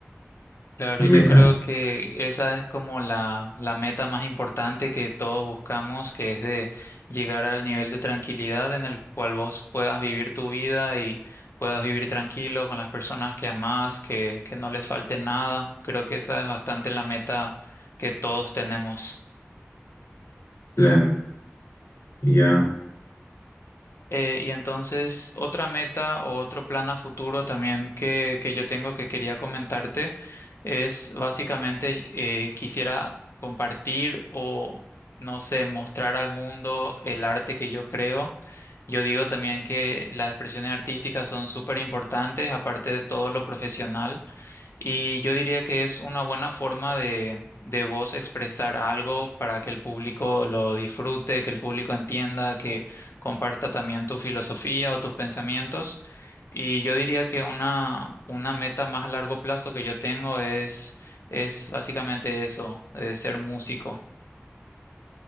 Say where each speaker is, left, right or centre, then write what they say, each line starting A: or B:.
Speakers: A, on the left; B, on the left.
A: Claro,
B: mi
A: yo
B: meta,
A: creo que esa es como la, la meta más importante que todos buscamos, que es de llegar al nivel de tranquilidad en el cual vos puedas vivir tu vida y puedas vivir tranquilo con las personas que amás, que, que no les falte nada. Creo que esa es bastante la meta que todos tenemos.
B: claro. Y ya,
A: Eh, y entonces, otra meta o otro plan a futuro también que, que yo tengo que quería comentarte es básicamente eh, quisiera compartir o, no sé, mostrar al mundo el arte que yo creo. Yo digo también que las expresiones artísticas son súper importantes, aparte de todo lo profesional. Y yo diría que es una buena forma de, de vos expresar algo para que el público lo disfrute, que el público entienda, que comparta también tu filosofía o tus pensamientos. Y yo diría que una, una meta más a largo plazo que yo tengo es, es básicamente eso, de ser músico.